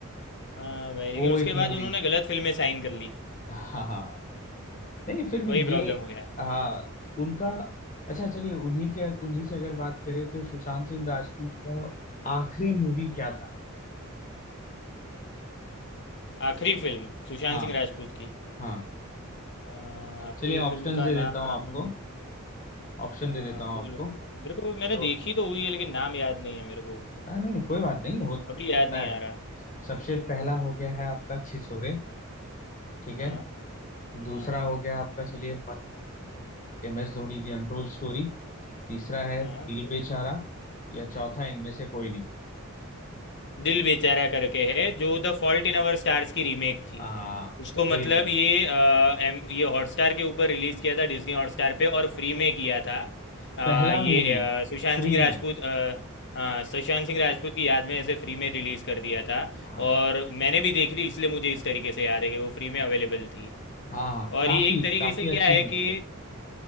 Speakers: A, on the left; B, on the left.
A: हाँ भाई लेकिन
B: वो
A: उसके
B: एक बिल्कुल
A: बाद
B: मूवी
A: उन्होंने
B: उसके
A: गलत फिल्में साइन कर ली
B: हाँ हाँ नहीं फिर भी
A: वही प्रॉब्लम
B: ये
A: हो गया
B: हाँ उनका अच्छा चलिए उन्हीं के उन्हीं से अगर बात करें तो सुशांत सिंह राजपूत का आखिरी मूवी क्या था
A: आखिरी फिल्म सुशांत
B: हाँ
A: सिंह राजपूत की
B: हाँ
A: आ, आखिरी
B: चलिए ऑप्शंस
A: फिल्म का
B: दे
A: नाम
B: देता हूँ आपको ऑप्शन
A: हाँ
B: दे देता हूँ
A: बोलो
B: आपको
A: बोलो मेरे को मैंने
B: तो
A: देखी तो हुई है लेकिन नाम याद नहीं है मेरे को
B: हाँ, नहीं नहीं कोई बात नहीं हो,
A: अभी याद
B: होता
A: नहीं
B: है
A: आ रहा
B: सबसे पहला
A: हाँ
B: हो गया है आपका छिछोरे ठीक है
A: हाँ
B: दूसरा
A: हाँ
B: हो गया आपका चलिए M S Dhoni the untold story तीसरा है
A: हाँ
B: दिल
A: प्ले-
B: बेचारा या चौथा इनमें
A: हाँ।
B: से कोई नहीं
A: दिल बेचारा करके है जो the fault in our stars की रीमेक थी
B: हाँ
A: उसको मतलब
B: बिल्कुल
A: ये अ, एम ये हॉटस्टार के ऊपर रिलीज़ किया था डिज्नी हॉटस्टार पे और फ्री में किया था अ,
B: पहला
A: ये
B: मूवी
A: अ, सुशांत
B: फ्री
A: सिंह राजपूत
B: में
A: अ, हाँ सुशांत सिंह राजपूत की याद में ऐसे फ्री में रिलीज़ कर दिया था
B: हाँ
A: और मैंने भी देखी थी इसलिए मुझे इस तरीके से याद है कि वो फ्री में अवेलेबल थी
B: हाँ हाँ
A: और
B: काफी
A: ये एक तरीके
B: काफी
A: से क्या
B: अच्छी
A: है
B: मूवी
A: कि
B: है